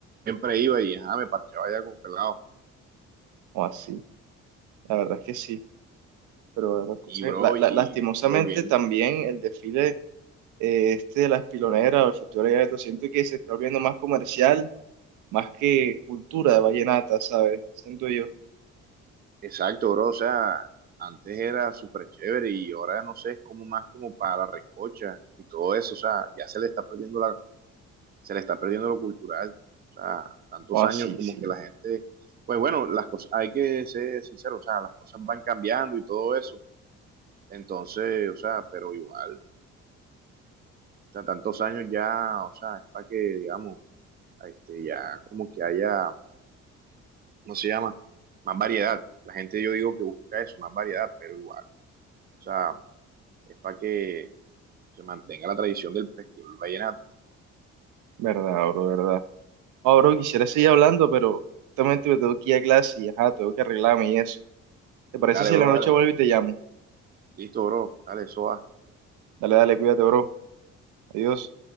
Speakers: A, on the right (about 30°); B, on the right (about 85°).
A: Siempre iba y ajá, me parchaba allá con pelado.
B: O así, la verdad es que sí. Pero la cosa
A: Y bro,
B: la-
A: y
B: la- lastimosamente
A: volviendo,
B: también el desfile eh, este de las piloneras o el Festival de Vallenato, siento que se está volviendo más comercial, más que cultura de vallenata, ¿sabes? Siento yo.
A: exacto, bro, o sea, antes era súper chévere y ahora no sé, es como más como para la recocha y todo eso, o sea, ya se le está perdiendo la, se le está perdiendo lo cultural. O sea, tantos
B: O así,
A: años como
B: sí.
A: que la gente, pues bueno, las cosas, hay que ser sincero, o sea, las cosas van cambiando y todo eso. Entonces, o sea, pero igual, o sea, tantos años ya, o sea, es para que, digamos, este, ya como que haya, no se llama? Más variedad. La gente yo digo que busca eso, más variedad, pero igual, o sea, es para que se mantenga la tradición del festival vallenato.
B: Verdad, bro, verdad. Oh, bro, quisiera seguir hablando, pero justamente me tengo que ir a clase y ajá, tengo que arreglarme y eso. ¿Te parece
A: Dale,
B: si
A: bro,
B: en la noche
A: dale.
B: vuelvo y te llamo?
A: Listo, bro. Dale, eso va.
B: Dale, dale, cuídate, bro. Adiós.